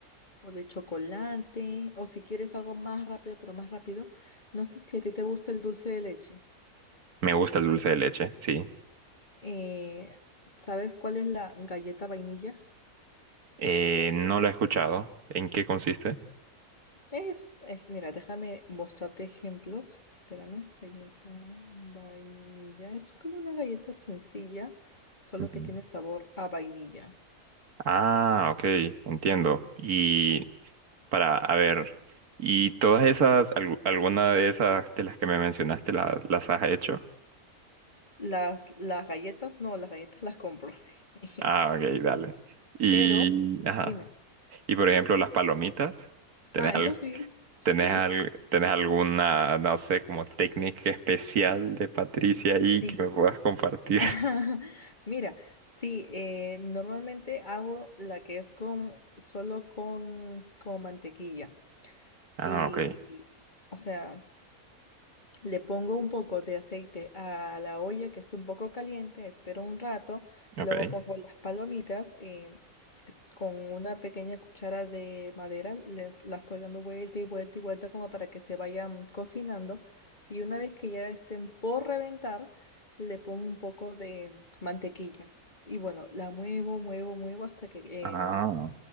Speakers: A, on the left; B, on the right.
A: o de chocolate, o si quieres algo más rápido, pero más rápido, no sé si a ti te gusta el dulce de leche.
B: Me gusta el dulce de leche, sí.
A: Eh, ¿sabes cuál es la galleta vainilla?
B: Eh, no lo he escuchado. ¿En qué consiste?
A: Es, es- mira, déjame mostrarte ejemplos. Espérame, galleta vainilla. Es como una galleta sencilla, solo
B: Ujú.
A: que tiene sabor a vainilla.
B: Ah, ok, entiendo. Y para, a ver, ¿y todas esas, algu- alguna de esas de las que me mencionaste, la- las has hecho?
A: Las, las galletas, no, las galletas las compro. <laughs>
B: Ah, ok, dale. Y,
A: Pero,
B: ajá.
A: dime.
B: Y por ejemplo, las palomitas, ¿tenés,
A: Ah,
B: al-
A: eso sí, sí,
B: tenés, al- tenés alguna, no sé, como técnica especial de Patricia ahí
A: sí.
B: que me puedas compartir?
A: <laughs>
B: <laughs>
A: Mira, sí, eh, normalmente hago la que es con, solo con, con mantequilla.
B: Ah,
A: Y,
B: ok,
A: o sea, le pongo un poco de aceite a la olla que está un poco caliente, espero un rato,
B: ok.
A: luego pongo las palomitas eh, es- con una pequeña cuchara de madera, les, la estoy dando vuelta y vuelta y vuelta como para que se vayan cocinando y una vez que ya estén por reventar, le pongo un poco de mantequilla y bueno, la muevo, muevo, muevo hasta que eh,
B: Ah,